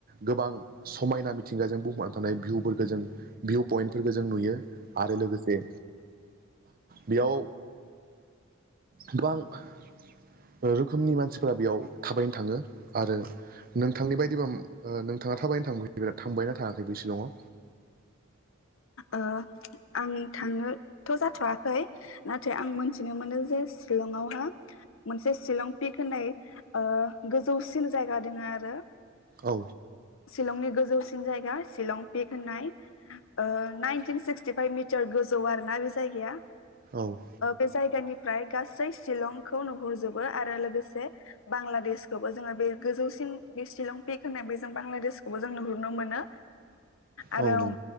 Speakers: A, on the right; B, on the left.
A: गोबां समायना मिथिंगाजों बुंनानै थानाय भिउफोरखौ जों भिउ पइन्टफोरखौ जों नुयो आरो लोगोसे बेयाव गोबां रोखोमनि मानसिफोरा बेयाव थाबायनो थाङो आरो नोंथांनि बायदिबा ओ नोंथाङा थाबायनो थां-थांबायना थाङाखै बे शिलंआव?
B: ओ आं थांनोथ' जाथवाखै नाथाय आं मोनथिनो मोनो जे शिलंआवहा मोनसे शिलं पिक ओ होननाय गोजौसिन जायगा दङ आरो
A: औ
B: शिलंनि गोजौसि सिन जायगा शिलं पिक होननाय ओ नाइनटिन सिक्सटिफाइभ मिटार गोजौ आरो ना बे जायगाया
A: औ
B: बे जायगानि फ्राय गासै शिलंखौ नुहुरजोबो आरो लोगोसे बांलादेशखौबो जोंङो बे गोजौसिन बे शिलं पिक होननाय बे जों बांलादेशखौबो जों नुहुरनो मोनो। आरो
A: औ नों